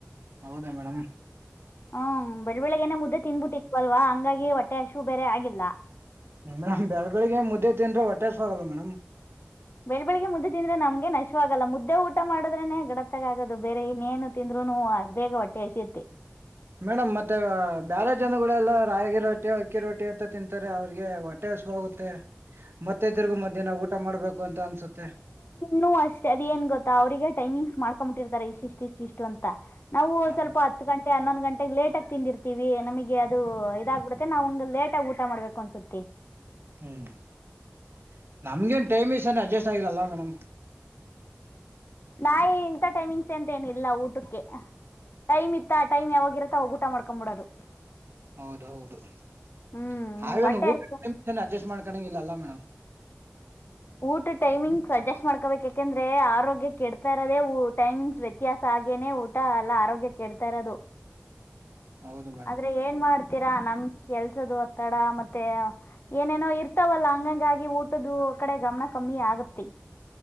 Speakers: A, on the right; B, on the left.
A: ಹೌದಾ ಮೇಡಮ್ <unintelligible>
B: ಹ್ಮ್ ಬೆಳ ಬೆಳಗ್ನೆ ಮುದ್ದೆ ತಿಂದುನ್ಬಿಟ್ಟಿತ್ತುವಲ್ವಾ ಹಂಗಾಗಿ ಹೊಟ್ಟೆ ಆಶು ಬೇರೆ ಆಗಿಲ್ಲ
A: ಮೇಡಮ್ ಬೆಳ ಬೆಳಗ್ಗೆ ಮುದ್ದೆ ತಿಂದ್ರೆ ಹೊಟ್ಟೆ ಹಸಿವು ಆಗಲ್ಲ ಮೇಡಮ್
B: ಬೆಳ ಬೆಳಗ್ಗೆ ಮುದ್ದೆ ತಿಂದ್ರೆ ನಮ್ಗೆ ಆಶುವಾಗಲ್ಲ ಮುದ್ದೆ ಊಟ ಮಾಡೋದ್ರೆನೆ ಗಡತ್ತಗ ಆದು ಬೇರೆ ಇನ್ನೇನು ತಿಂದ ಬೇಗ ಹೊಟ್ಟೆ ಹಸುವಿತ್ತೆ
A: ಮೇಡಮ್ ಮತ್ತೆ ಬ್ಯಾರೆ ಜನಗಳೆಲ್ಲ ರಾಗಿ ರೊಟ್ಟಿ ಅಕ್ಕಿ ರೊಟ್ಟಿ ಅಂತ ತಿಂತಾರೆ ಅವ್ರಿಗೆ ಹೊಟ್ಟೆ ಹಸಿವು ವಾಗುತ್ತೆ
B: <unintelligible>
A: ಇದರ್ಗೂ ಮಧ್ಯಾಹ್ನ ಊಟ ಮಾಡಬೇಕ ಅಂತ ಅನ್ಸುತ್ತೆ
B: ನು ಅಷ್ಟೇ ಅದ ಏನ್ ಗೊತ್ತಾ ಅವ್ರರಿಗೆ ಟೈಮಿಂಗ್ಸ್ ಮಾಡ್ಕೊಂಬಿಟ್ಟಿರ್ತಾರೆ ಇಷ್ಟ ಇಷ್ಟು ಇಷ್ಟು ಇಷ್ಟು ಅಂತ ನಾವು
A: ಹಾ,
B: ಸ್ವಲ್ಪ ಹತ್ತು ಗಂಟೆ ಹನ್ನೊಂದು ಗಂಟೆಗೆ ಲೇಟ್ ಆಗಿ ತಿಂದಿರ್ತೀವಿ ನಮಗೆ ಅದು ಇದಾಗ್ಬಿಡುತ್ತೆ ನಾವ್ ಲೇಟ್ ಆಗ ಊಟ ಮಾಡ್ಬೇಕು ಅನ್ಸುತ್ತಿ
A: ಹ್ಮ್ <inaudible> ನಮ್ಗೇನ್ ಟೈಮ್ ಇಸನ್ ಅಡ್ಜಸ್ಟ್ ಆಗಿಲ್ಲ ಮೇಡಮ್
B: ನಾ ಇಂತ ಟೈಮಿಂಗ್ಸ್ ಎಂತೇಏನಿಲ್ಲ ಊಟಕ್ಕೆ ಟೈಮ್ ಇತ್ತ ಆ ಟೈಮ್ ಯಾವಾಗ ಇರುತ್ತ ಅವಾಗ ಊಟ ಮಾಡ್ಕೊಬಿಡೋದು
A: ಹೌದ ಹೌದುನು
B: ಹ್ಮ್ ಹೊಟ್ಟೆ
A: ಊಟ
B: ಅಷ್ಟೆ
A: ಟೈಮ್ ಅಡ್ಜಸ್ಟ್ ಮಾಡ್ ಕಣಂಗಿಲ್ಲಲ್ಲ ಮೇಡಮ್
B: ಊಟ ಟೈಮಿಂಗ್ಸ್ ಅಜೆಸ್ಟ್ ಮಾಡ್ಕೋಬೇಕು ಯಾಕೆಂದ್ರೆ ಆರೋಗ್ಯ ಕೆ ಇಡ್ತಾ ಇರದೇ ಟೈಮಿಂಗ್ಸ್ ವ್ಯತ್ಯಾಸ ಆಗೇನೆ ಊಟ ಎಲ್ಲ ಆರೋಗ್ಯಕ್ಕೆ ಇಡ್ತಾ ಇರೋದು
A: ಹೌದು ಮೇಡಮ್
B: ಆದ್ರೆ ಏನ್ ಮಾಡ್ತ ಇತೀರಾ ನಮ್ ಕೆಲ್ಸದು ಒತ್ತಡ ಮತ್ತೆ ಏನೇನೋ ಇರ್ತಾವಲ್ಲ ಹಂಗಂಗಾಗಿ ಊಟದ್ದ ಕಡೆ ಗಮನ ಕಮ್ಮಿ ಆಗತ್ತತಿ